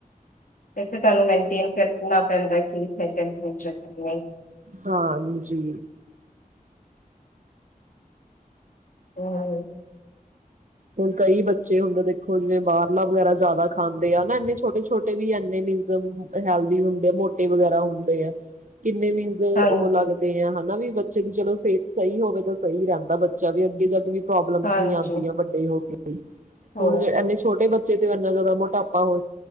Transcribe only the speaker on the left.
ਫਿਰ ਤੇ ਤੁਹਾਨੂੰ ਮੈਂਟੇਨ ਕਰਨਾ ਪੈਂਦਾ, ਕਿ ਹੈਗਾ ਕਿਚਨ ਕਿ ਨਹੀਂ।
ਹੂੰ।
ਹਾਂਜੀ
ਹਾਂਜੀ
ਹੋ